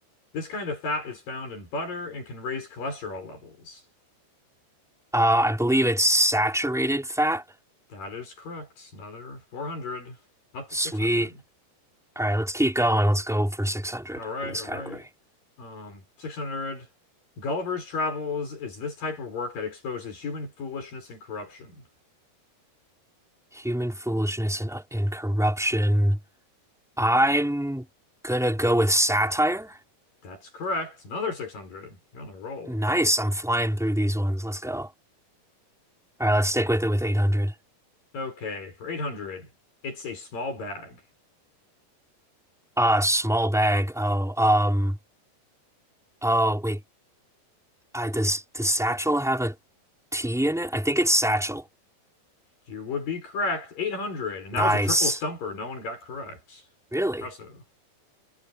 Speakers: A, on the left; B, in the centre.
A: This kind of fat is found in butter and can raise cholesterol levels.
B: Uh, I believe it's saturated fat.
A: That is correct. Another 400, up to
B: Sweet.
A: 600.
B: All right, let's keep going. Let's go for 600
A: All right,
B: in this
A: all
B: category.
A: right. Um, 600. Gulliver's Travels is this type of work that exposes human foolishness and corruption.
B: Human foolishness and, uh, and corruption. I'm gonna go with satire.
A: That's correct. Another 600. You're on a roll.
B: Nice, I'm flying through these ones. Let's go. All right, let's stick with it with 800.
A: Okay, for 800. It's a small bag.
B: Uh, small bag. Oh, um, oh, wait. I does does satchel have a T in it? I think it's satchel.
A: You would be correct. 800. And
B: Nice.
A: that was a triple stumper. No one got correct.
B: Really?
A: Impressive.